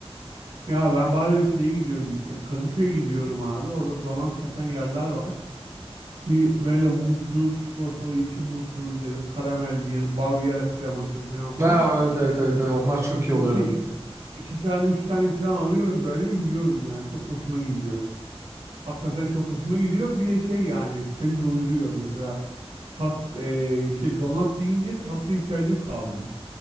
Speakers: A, on the right; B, on the right.
A: Ya ben bazen şeye gidiyorum işte, Kadıköy'e gidiyorum abi. Orada donat satan yerler var. Bir böyle muzlu, çikolatalı, içi muzlu ya da karamelli ya da Bavyera kreması falan falan.
B: Ha, evet, evet evet evet. onlar çok iyi oluyor.
A: İki, iki, iki tane, üç tane falan alıyorum böyle yiyorum yani. Çok hoşuma gidiyor. Hakikaten çok hoşuma gidiyor. Bir de şey yani seni doyuruyor mesela. Tat, e, şey donat yiyince tatlı ihtiyacım kalmıyor